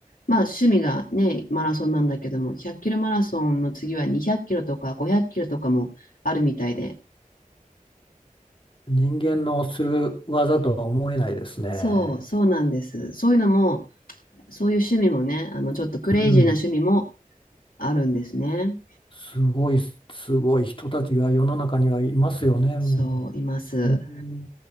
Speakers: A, on the left (about 80°); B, on the left (about 35°).
A: まあ趣味がね、マラソンなんだけども、100キロマラソンの次は200キロとか500キロとかもあるみたいで、
B: 人間のする技とは思えないですね。
A: そう、そうなんです。そういうのも、そういう趣味もね、あの、ちょっとクレイジーな趣味も
B: うん。
A: あるんですね。
B: すごい、すごい人たちが世の中にはいますよね、
A: そう、
B: も
A: います。
B: う。うん